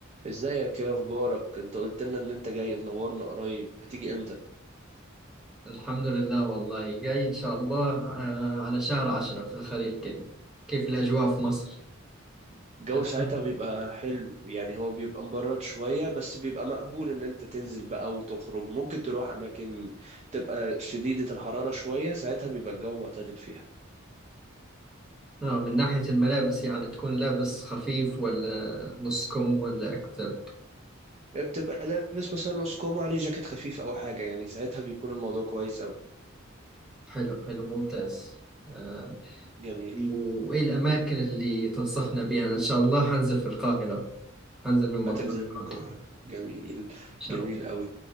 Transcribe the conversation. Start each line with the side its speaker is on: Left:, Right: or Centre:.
Right: ازيك ايه اخبارك انت قلت لنا ان انت جاي تنورنا قريب هتيجي امتى
Centre: الحمد لله والله جاي إن شاء الله آه، على شهر عشرة في الخريف كده كيف الأجواء في مصر؟
Right: الجو
Centre: هتكون
Right: ساعتها بيبقى حلو يعني هو بيبقى مبرد شوية بس بيبقى مقبول ان انت تنزل بقى وتخرج ممكن تروح اماكن تبقى شديدة الحرارة شوية ساعتها بيبقى الجو معتدل فيها
Centre: آه من ناحية الملابس يعني تكون لابس خفيف ولا نص كم ولا أكتر
Right: إيه، بتبقى لابس مثلا نص كوم عليه جاكيت خفيف او حاجة يعني ساعتها بيكون الموضوع كويس اوي
Centre: حلو حلو ممتاز آه
Right: جميل
Centre: وإيه الأماكن اللي تنصحنا بها إن شاء الله هنزل في القاهرة هنزل من مطار
Right: هتنزل
Centre: القاهرة
Right: في القاهرة جميل
Centre: إن شاء
Right: جميل
Centre: الله
Right: اوي